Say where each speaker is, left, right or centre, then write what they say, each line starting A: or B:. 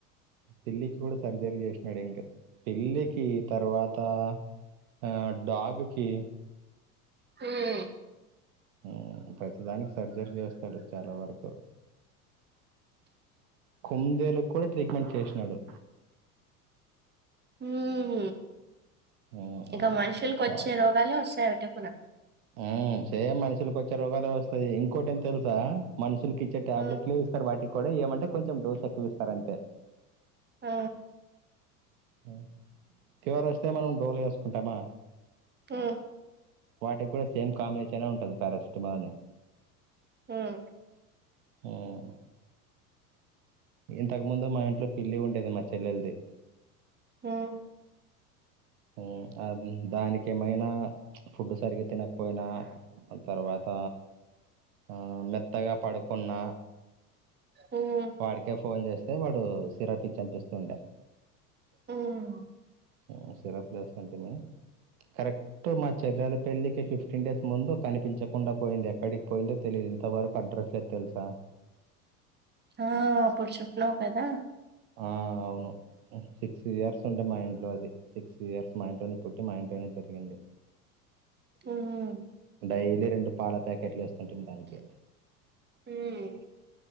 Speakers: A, on the right; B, on the right.
A: పిల్లికి కూడా సర్జరీ చేసినాడు ఇంకా పిల్లికి తర్వాత ఆ డాగ్కి
B: ఉం
A: ఉం ప్రతి దానికి సర్జరీ చేస్తాడు చాలా వరకు కుందేలు కూడా ట్రీట్మెంట్ చేసినాడు
B: ఉం
A: ఉమ్,
B: ఇక మనుషులకు
A: షాక్
B: వచ్చే రోగాలే వస్తాయట కుడా
A: ఉం సేమ్ మనుషులకి వచ్చే రోగాలు వస్తాది ఇంకోటి ఏం తెలుసా మనుషు మనుషులు కి ఇచ్చే టాబ్లెట్లు
B: మ్మ్
A: ఇస్తారు వాటికి కూడా ఏమంటే కొంచెం డోస్ ఎక్కువ ఇస్తారు అంతే
B: ఆ
A: ఆ క్యూర్ వస్తే మనం డోలు ఏసుకుంటామా.
B: ఉమ్
A: వాటికి కూడా సేమ్ కాంబినేషన్ ఉంటది పారాసిటమాల్.
B: ఉమ్
A: హుమ్మ్ ఇంతకుముందే మా ఇంట్లో పిల్లి ఉండేది మా చెల్లెల్ది.
B: ఉమ్
A: ఉమ్ అది దానికి ఏమైనా, ఫుడ్డు సరిగ్గా తినకపోయినా అది తర్వాత, ఆ మెత్తగా పడుకున్న
B: మ్మ్
A: వాడికే ఫోన్ జేస్తే, వాడు సిరప్ ఇచ్చి <unintelligible>
B: ఉమ్
A: ఉమ్, సిరప్ లేస్తుంటిమి. కరెక్ట్ మా చెల్లెలి పెళ్ళికి ఫిఫ్ ఫిఫ్టీన్ డేస్ ముందు కనిపించకుండా పోయింది. ఎక్కడికి పోయిందో తెలియదు ఇంతవరకు అడ్రస్ లేద్ తెల్సా.
B: ఆ అప్పుడు చెప్పినవ్ కదా.
A: ఆ అవును, సిక్స్ ఇయర్స్ ఉండే మా ఇంట్లో అది, సిక్స్ ఇయర్స్ మా ఇంట్లోనే పుట్టి, మా ఇంట్లోనే పెరిగింది.
B: ఉమ్
A: డైలీ రెండు పాల ప్యాకెట్లు ఎస్తుంటిమి దానికి.
B: హుమ్మ్